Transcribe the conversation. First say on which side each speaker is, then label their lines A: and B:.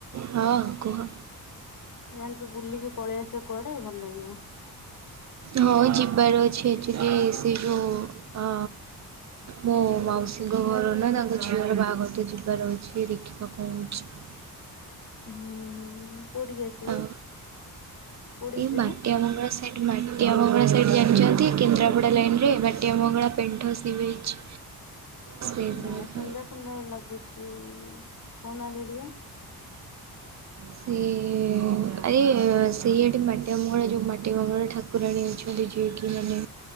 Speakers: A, on the right; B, on the left.
A: ହଁ କୁହ।
B: ଯାନ୍ତୁ ବୁଲିକି ପଳେଇଆସ କୁଆଡେ ଭଲ ଲାଗିବ।
A: ହଁ ଯିବାର ଅଛି ଆକ୍ଚୁଲି ସେ ଯୋଉ ହଁ ମୋ ମାଉସୀଙ୍କ ଘର ନା ତାଙ୍କ ଝିଅର ବାହାଘର ତ ଯିବାର ଅଛି <unintelligible> <unintelligible>
B: ହୁଁ ହୁଁ କୋଉଠିକି ଆସିବେ?
A: ଆଉ
B: କୋଉଠିକି
A: ଏଇ
B: ଯିବେ?
A: ମାଟିଆ ବଙ୍ଗ ସେଇଠି ମାଟିଆ ମଙ୍ଗଳା ସାଇଟ୍ ଜାଣିଛନ୍ତି କେନ୍ଦ୍ରାପଡ଼ା ଲାଇନ ରେ ମାଟିଆ ମଙ୍ଗଳା ପେଣ୍ଠ ସି ବିଚ୍ ସେଇଥିରେ
B: ନାଇଁ ଶୁଣିଲା ଶୁଣିଲା ଭଳିଆ ଲାଗୁଛି କହୁ ନାହାଁନ୍ତି ଟିକେ।
A: ସିଏ ଆରେ ସେଇ ଏଠି ମାଟି ମଙ୍ଗଳା ଯେଉଁ ମାଟି ମଙ୍ଗଳା ଠାକୁରାଣୀ ଅଛନ୍ତି ଯିଏକି ମାନେ